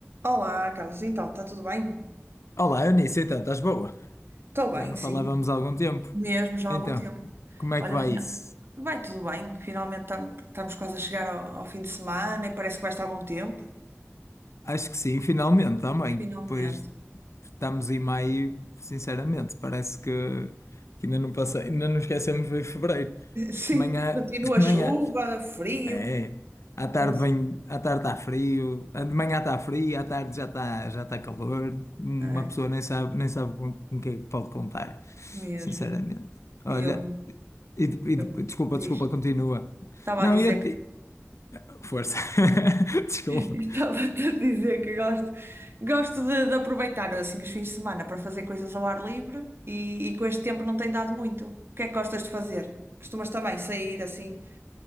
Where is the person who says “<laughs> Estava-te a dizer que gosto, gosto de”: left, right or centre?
Right